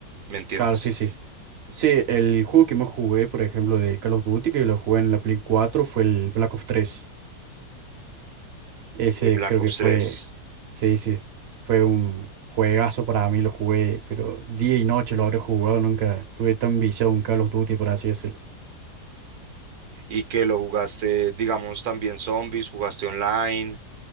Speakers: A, on the right; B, on the right.
A: me entiendes.
B: claro, sí, sí. Sí, el juego que más jugué, por ejemplo, de Call of Duty, que lo jugué en la Play cuatro fue el Black Ops tres Ese
A: El Black
B: creo
A: Ops
B: que fue,
A: tres.
B: sí, sí, fue un juegazo para mí, lo jugué, pero día y noche lo habré jugado, nunca estuve tan viciado en Call of Duty, por así decirlo.
A: Y que lo jugaste, digamos, también zombies, jugaste online,